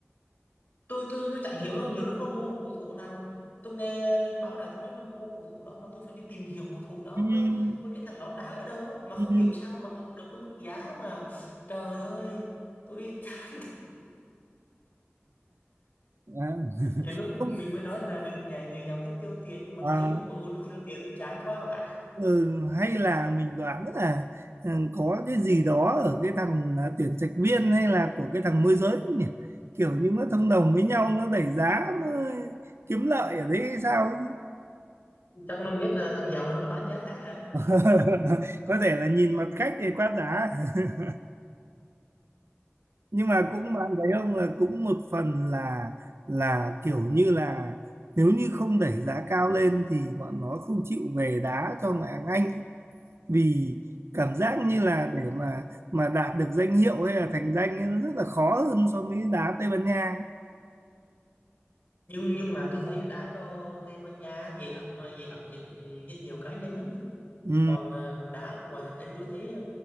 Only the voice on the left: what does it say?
tôi tôi tôi chẳng hiểu luôn nhiều lúc nó mua một cầu thủ nào tôi nghe lên báo đài tôi nói nó mua cầu thủ đó mà tôi phải đi tìm hiểu cầu thủ đó
mới mới biết thằng đó đá ở đâu á mà
không
hiểu sao mà được cái mức giá mà trời ơi tôi chán <laughs>
nhiều lúc mình
mới nói là đừng dạy người giàu cách tiêu tiền nhưng mà
tôi thấy MU nó tiêu tiền tôi chán quá không ạ
chắc nó biết là thằng giàu nên nó bán giá khác à.
nhưng nhưng mà tôi thấy đá cho Tây Ban Nha dễ ẩm ờ, dễ ẩm những danh hiệu cá nhân lắm
còn ờ, đá ngoài hàng Anh tôi thấy